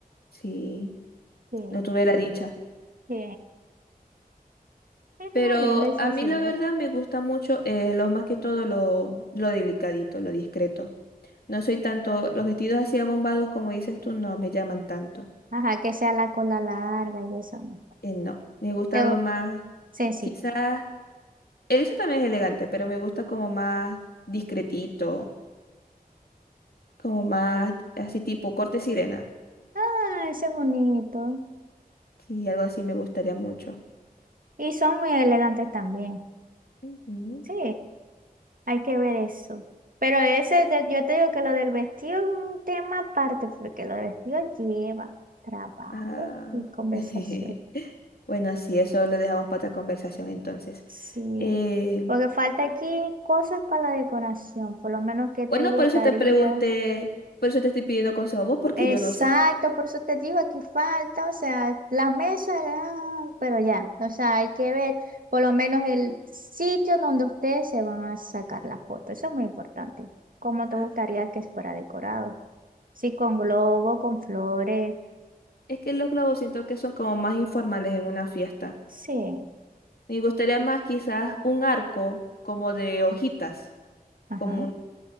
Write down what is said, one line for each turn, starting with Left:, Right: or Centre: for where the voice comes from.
Left: Sí,
Right: Sí,
Left: no tuve la dicha.
Right: sí. Estuvo
Left: Pero
Right: lindo y sencillo.
Left: a mí la verdad me gusta mucho eh, lo más que todo lo, lo delicadito, lo discreto. No soy tanto, los vestidos así abombados como dices tú no me llaman tanto.
Right: Ajá, que sea la cola larga y eso no.
Left: Eh, no, me gusta
Right: Te
Left: algo más,
Right: sencillo.
Left: quizás Eso también es elegante, pero me gusta como más discretito, como más así tipo corte sirena.
Right: Ah, ese es bonito.
Left: Sí, algo así me gustaría mucho.
Right: Y son muy elegantes también.
Left: Ujú.
Right: Sí, hay que ver eso. Pero ese, de- yo te digo que lo del vestido es un tema aparte, porque lo del vestido lleva trabajo
Left: Ah.
Right: y conversación.
Left: <laughs> Bueno, así eso lo dejamos para otra conversación entonces.
Right: Sí,
Left: Eh,
Right: porque falta aquí cosas para la decoración, por lo menos qué te
Left: bueno,
Right: gustaría.
Left: por eso te pregunté, por eso te estoy pidiendo consejo a vos, porque
Right: Exacto,
Left: yo no sé.
Right: por eso te digo, aquí falta, o sea, las mesas, ah, pero ya, o sea, hay que ver por lo menos el sitio donde ustedes se van a sacar las fotos, eso es muy importante. ¿Cómo te
Left: Ah,
Right: gustaría que fuera decorado? Sí, con globo, con flores,
Left: es que los globos siento que son como más informales en una fiesta.
Right: sí,
Left: Me gustaría más quizás un arco como de hojitas,
Right: ajá,
Left: como un